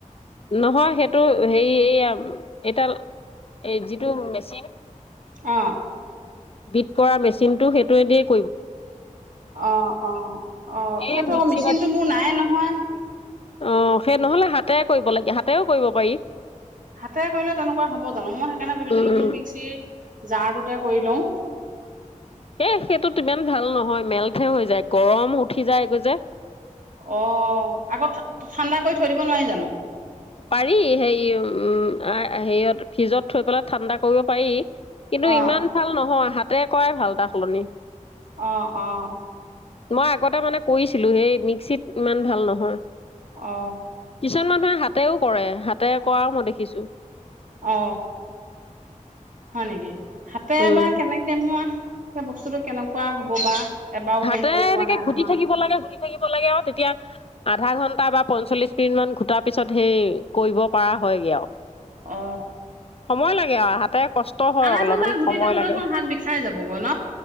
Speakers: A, on the left; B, on the right.
A: নহয় সেইটো হেই <unintelligible> এডাল এ যিটো মেচিন
B: অঁ
A: বিট কৰা মেচিনটো সেই <unintelligible>
B: অ, অ, অ,
A: এই
B: সেইটো
A: মিক্সি
B: আকৌ মেচিনতটো মোৰ নাইয়ে নহয়।
A: অ, সেই ন'হলে হাতে কৰিব লাগে, হাতেৰেও কৰিব পাৰি।
B: হাতেৰে কৰিলে তেনেকুৱা হ'ব জানো মই সেইকাৰণে ভাবিছিলো
A: উম,
B: বোলে মিক্সি জাৰ ততো কৰি লওঁ।
A: এ সেইটো ইমান ভাল নহয় মেল্টহে হৈ যায়, গৰম উঠি যায়গৈ যে।
B: অ', আকৌ ঠাণ্ডা কৰি থৈ দিব নোৱাৰি জানো।
A: পাৰি হেৰি, উম, অ, হেৰিয়ত ফ্ৰিজত থৈ পেলাই ঠাণ্ডা কৰিব পাৰি। কিন্তু
B: অঁ
A: ইমান ভাল নহয় হাতেৰে কৰায়েই ভাল তাৰ সলনি।
B: অঁ অঁ
A: মই আগতে মানে কৰিছিলো সেই মিক্সিত ইমান ভাল নহয়
B: অ
A: কিছুমান মানুহে হাতেও কৰে হাতে কৰাও মই দেখিছো
B: অ হয় নেকি হাতে
A: উম
B: বাাৰ কেনেকে মোৱা এতিয়া বস্তুটো কেনেকুৱা হব বা এবাৰো
A: হাতে
B: হেৰি কৰি পোৱা
A: এনেকে
B: নাই
A: ঘুটি
B: নহয়।
A: থাকিব লাগে থাকিব লাগে আৰু তেতিয়া আধা ঘন্টা বা পঞ্চল্লিশ মিনিট মান ঘোটাৰ পিছত সেই কৰিব পৰা হয়গে আৰু
B: অ
A: সময় লাগে আৰু হাতে কষ্ট হয়
B: আধা
A: অলপমান
B: ঘন্টা ঘুটি
A: সময়
B: থাকোলৈোন
A: লাগে।
B: হাত বিষাই যাবগৈ ন